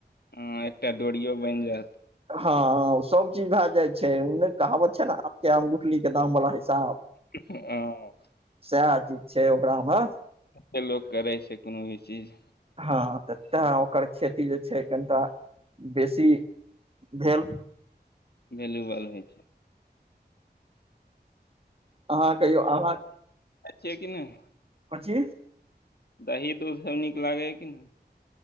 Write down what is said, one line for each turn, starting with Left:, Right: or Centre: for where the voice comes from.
Left: अ एकटा डोरियो बनि जायत
Right: हँ सब चीज भए जाय छै उने कहावत छै ने आ केम के दाम बला हिसाब
Left: हँ
Right: साहब सएह चीज छै ओकरा मे
Left: हेलो कराइ करै छै कोनो भी चीज
Right: हँ तऽ तें ओकर खेती जे छै कनिटा बेसी भेल
Left: वल्यूबल होइ छै
Right: अहाँ कहियौ अहाँ
Left: छै कि नहि
Right: कोन चिज
Left: दही दूध सब नीक लागैया कि नहि